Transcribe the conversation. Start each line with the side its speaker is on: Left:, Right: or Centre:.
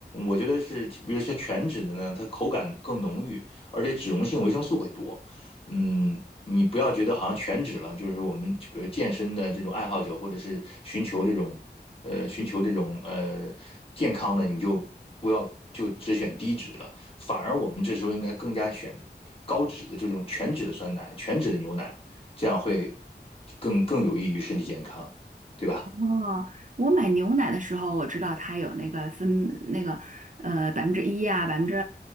Left: 我觉得是，比如说全脂的呢，它口感更浓郁，而且脂溶性维生素会多。嗯，你不要觉得好像全脂了，就是我们比如健身的这种爱好者，或者是寻求这种呃寻求这种呃健康的，你就不要就只选低脂了，反而我们这时候应该更加选高脂的这种全脂的酸奶、全脂的牛奶，这样会更更有益于身体健康，对吧？
Right: 哦，我买牛奶的时候，我知道它有那个分那个呃百分之一啊，百分之